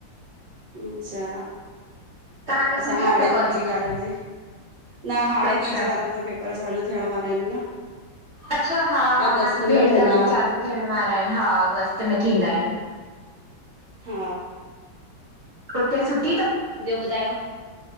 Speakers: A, on the right; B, on the right.
A: अच्छा
B: तव्हांजा
A: असां
B: खुली
A: हाणे
B: विया तव कॉलेज?
A: पीजी वारन जी न हाणे
B: अच्छा
A: पीजी वारन जो पेप पर चालू थियण वारा आहिन न
B: अच्छा हा हा
A: अगस्त
B: मुंहिंजी भेण
A: में थींदा
B: जा भी चालू थियण वारा आहिन। हा अगस्त में थींदा आहिन।
A: हा
B: उते सुठ
A: ॿियो ॿुधायो